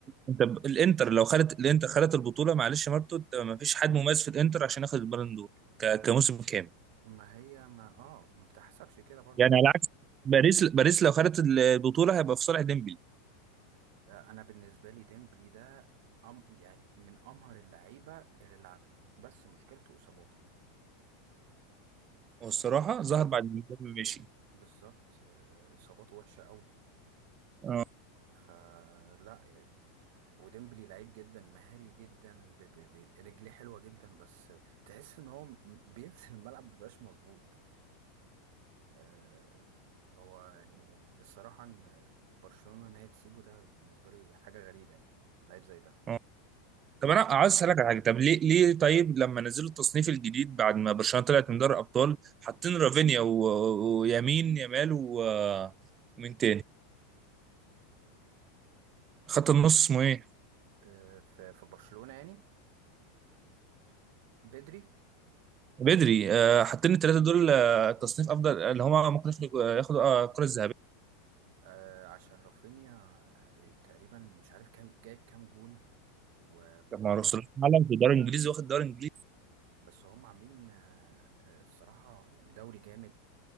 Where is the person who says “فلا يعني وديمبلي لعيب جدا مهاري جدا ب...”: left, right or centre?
Right